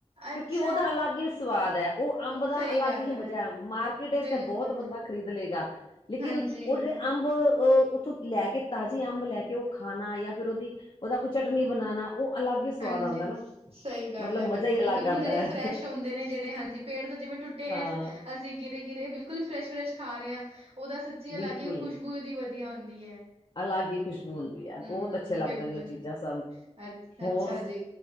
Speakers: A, on the left; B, on the right.
A: ਕਿਉਂਕਿ
B: ਅੱਛਾ
A: ਉਹਦਾ ਅਲੱਗ ਹੀ ਸਵਾਦ ਹੈ ਉਹ ਅੰਬ ਦਾ
B: ਸਹੀ
A: ਅਲੱਗ
B: ਗੱਲ
A: ਹੀ ਮਜ਼ਾ ਹੈ ਮਾਰ ਬਹੁਤ
B: ਬਿਲਕੁਲ
A: ਬੰਦਾ ਖਰੀਦ ਲਏਗਾ। ਲੇਕਿਨ
B: ਹਾਂਜੀ
A: ਉਹ ਜ ਅੰਬ ਅਹ ਉੱਥੋਂ ਲੈ ਕੇ ਤਾਜ਼ੇ ਅੰਬ ਲੈ ਕੇ ਉਹ ਖਾਣਾ ਜਾਂ ਫਿਰ ਉਹਦੀ ਉਹਦਾ ਕੋਈ ਚਟਨੀ ਬਣਾਉਣਾ। ਉਹ ਅਲੱਗ ਹੀ ਸਵਾਦ
B: ਹਾਂਜੀ।
A: ਆਉਂਦਾ ਨਾ
B: ਸਹੀ ਗੱਲ
A: ਮਤਲਬ
B: ਹੈ
A: ਮਜ਼ਾ
B: ਬਿਲਕੁਲ-ਬਿਲਕੁਲ
A: ਹੀ ਅਲੱਗ ਆਉਂਦਾ
B: ਜਿਹੜੇ
A: ਹੈ
B: ਫਰੈਸ਼ ਹੁੰਦੇ ਨੇ ਜਿਹੜੇ ਹਾਂਜੀ। ਪੇੜ ਤੋਂ ਜਿਵੇਂ ਟੁੱਟੇ
A: ਹਾਂ
B: ਹੈ ਅਸੀਂ ਅਸੀਂ ਗਿਰੇ- ਗਿਰੇ ਬਿਲਕੁਲ ਫਰੈਸ਼-ਫਰੈਸ਼ ਖਾ ਰਹੇ ਹਾਂ, ਉਹਦਾ ਸੱਚੀ ਅਲੱਗ
A: ਬਿਲਕੁਲ
B: ਹੀ ਖੁਸ਼ਬੂ ਉਹਦੀ ਵਧੀਆ ਹੁੰਦੀ ਹੈ।
A: ਅਲੱਗ ਹੀ ਖੁਸ਼ਬੂ ਹੁੰਦੀ ਹੈ
B: ਹੂੰ
A: ਬਹੁਤ ਅੱਛੇ ਲੱਗਦੇ
B: ਬਿਲਕੁਲ
A: ਨੇ ਉਹ ਚੀਜ਼ਾਂ ਸਭ
B: ਅ
A: ਹੋ।
B: ਅੱਛਾ
A: ਹੋਰ
B: ਜੀ